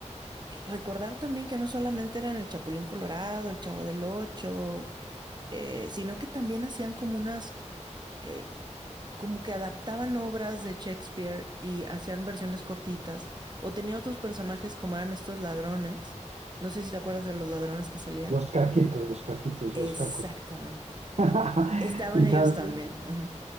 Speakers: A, on the right; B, on the right.
A: eh, recordar también que no solamente eran el Chapulín Colorado, el Chavo del Ocho, eh, sino que también hacían como unas, eh, como que adaptaban obras de Shakespeare y hacían versiones cortitas, o tenía otros personajes como eran estos ladrones. No sé si te acuerdas de los ladrones que salían.
B: Los caquitos, los caquitos,
A: Exactamente.
B: los cacos. <laughs>
A: Estaban
B: Y,
A: ellos
B: tal,
A: también. ujú.